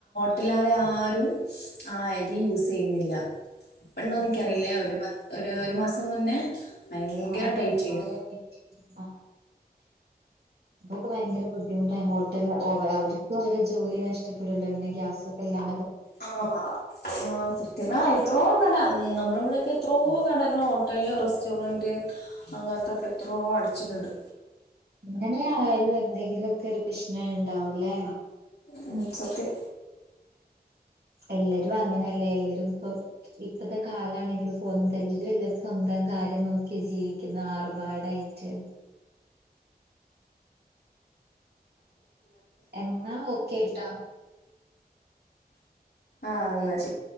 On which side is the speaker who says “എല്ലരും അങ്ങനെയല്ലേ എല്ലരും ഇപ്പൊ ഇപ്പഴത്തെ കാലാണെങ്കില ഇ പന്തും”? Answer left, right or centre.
Right